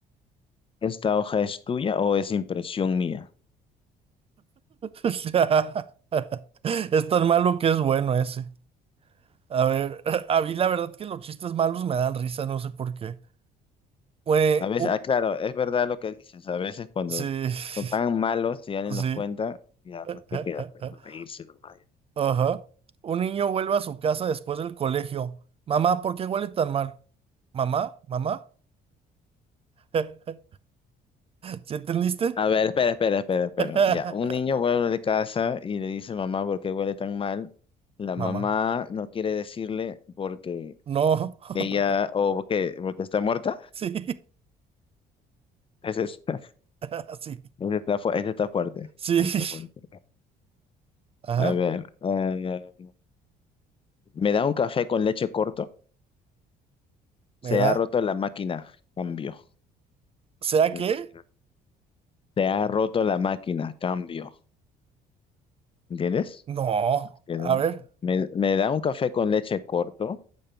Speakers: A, on the left (about 30°); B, on the right (about 35°).
A: ¿Esta hoja es tuya o es impresión mía?
B: O sea, <laughs> es tan malo que es bueno ese. A ver, <laughs> a mí la verdad que los chistes malos me dan risa, no sé por qué. Güey,
A: A veces,
B: u-
A: ah, claro, es verdad lo que dices. A veces cuando
B: sí. <laughs>
A: son tan malos y alguien
B: Sí.
A: los cuenta, ya,
B: <laughs>
A: pues qué queda, pues, no reírse nomás.
B: Ajá. Un niño vuelve a su casa después del colegio. Mamá, ¿por qué huele tan mal? ¿Mamá? ¿Mamá? <laughs> ¿Sí entendiste?
A: A ver, espera, espera, espera, espera.
B: <laughs>
A: Ya, un niño vuelve de casa y le dice mamá por qué huele tan mal. La
B: Mamá.
A: mamá no quiere decirle porque
B: No. <laughs>
A: ella, o porque, porque está muerta.
B: Sí.
A: Ese, es- <laughs>
B: <laughs> Sí.
A: ese está, fu- ese está fuerte.
B: Sí.
A: ese está fuerte.
B: Ajá.
A: A ver, eh, me da un café con leche corto. Se
B: Me da.
A: ha roto la máquina. Cambio.
B: ¿Será
A: Mm,
B: que?
A: Te ha roto la máquina, cambio. ¿Entiendes?
B: No.
A: Que
B: A ver.
A: Me, me da un café con leche corto.